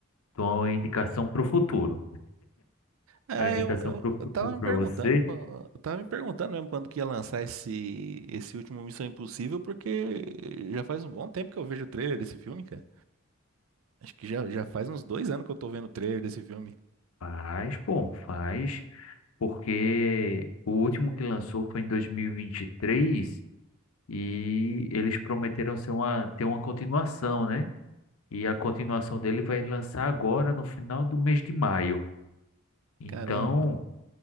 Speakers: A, on the left (about 80°); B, on the right (about 70°).
A: Então é uma indicação pro futuro.
B: Ah,
A: É uma indicação
B: eu, eu,
A: pro futuro
B: eu tava me
A: pra
B: perguntando,
A: você?
B: quan- eu tava me perguntando mesmo quando que ia lançar esse, esse último Missão Impossível, porque já faz um bom tempo que eu vejo o trailer desse filme, cara. Acho que já, já faz uns dois anos que eu tô vendo o trailer desse filme.
A: Faz, pô, faz, porque o último que lançou foi em 2023 e vinte e três e eles prometeram ser uma, ter uma continuação, né? E a continuação dele vai lançar agora no final do mês de maio. Então,
B: Caramba.